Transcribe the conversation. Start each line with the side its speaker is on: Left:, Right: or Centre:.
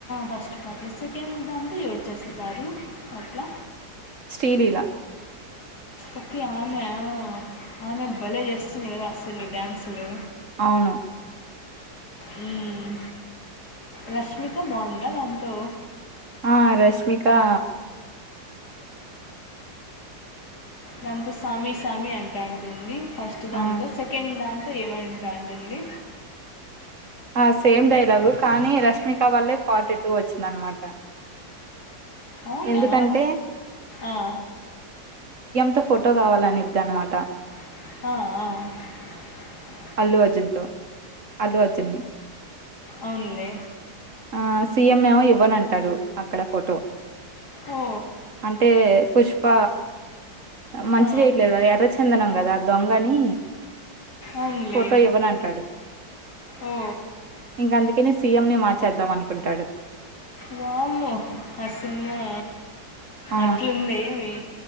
Left: ఫస్ట్ పాట్లు సెకండ్ దాంతో ఎవరు చేస్తారు అట్లా
Right: శ్రీలీలా
Left: ఓకే ఆమె ఆమె బలే జ చేస్త చెయ్యదు అస్సలు డ్యాన్సులు
Right: అవును
Left: మ్మ్ రష్మిక బాగుందా దాంతో
Right: ఆ రష్మికా
Left: దాంతో సామి సామి అంటంటుంది ఫస్ట్ దాంతో
Right: ఆ!
Left: సెకండ్ దాన్ ఏమంటాంటుంది
Right: ఆ సేమ్ డైలాగు కానీ రష్మిక వల్లే పార్ట్ టు వచ్చిందనమాట
Left: అవునా
Right: ఎందుకంటే
Left: ఆ
Right: తో ఫోటో కావాలనిద్దనమాట
Left: ఆఆ
Right: అల్లు అర్జున్ తో అల్లు అర్జున్ని
Left: అవున్లే
Right: ఆ సీఎం ఏమో ఇవ్వనంటాడు అక్కడ ఫోటో
Left: ఓ
Right: అంటే పుష్ బ మంచి
Left: ఆ,
Right: చేయట్లేదు ఎర్రచందనం కదా దొంగ అని
Left: అవునులే
Right: ఫోటో ఇవ్వనంటాడు
Left: ఓ
Right: ఇంక అందుకనే సీఎం ని మార్చ అనుకుంటాడు
Left: వామ్మో ఆ సినిమా
Right: ఆ!
Left: అట్లుంది ఏమి